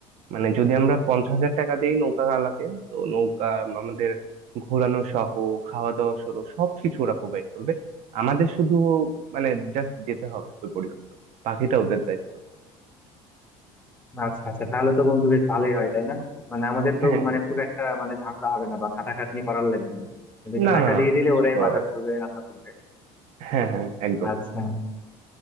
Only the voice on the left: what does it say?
আচ্ছা আচ্ছা, তাহলে তো বন্ধু বেশ ভালোই হয় তাই না মানে আমাদের
তো
মানে
খুব একটা মানে ঝামেলা হবে না বা খাটাখাটনি করার লাগবে না ওদেরকে
টাকা
দিয়ে দিলে
ওরাই
বাজার
করবে
রান্না করবে
আচ্ছা